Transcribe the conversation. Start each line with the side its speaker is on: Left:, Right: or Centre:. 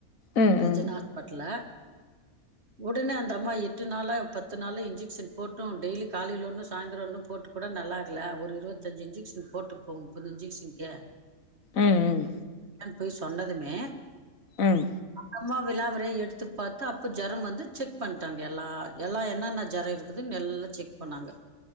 Left: ம்
Right: ரிஜினா
Left: ம்
Right: ஹாஸ்பெட்டல்ல ஒடனே அந்த அம்மா எட்டு நாளா பத்து நாளா இன்ஜெக்க்ஷன் போட்டு டெய்லி காலைல ஒன்னு சாயிந்துரோ ஒன்னு போட்டு கூட நல்லாகுல ஒரு இருவத்தஞ்சு இன்ஜெக்க்ஷன் போட்டு போம்போது <unintelligible>
Left: ம் ம்
Right: நான் பொய் சொன்னதுமே
Left: ம்
Right: நம்ப விலாவாரியாக எடுத்து பார்க்கா அப்போ ஜரம் வந்து செக் பண்ணிட்டாங்க எல்லா எல்லா என்னென்ன ஜரம் இருக்குதுன்ன நல்லா செக் பண்ணாங்க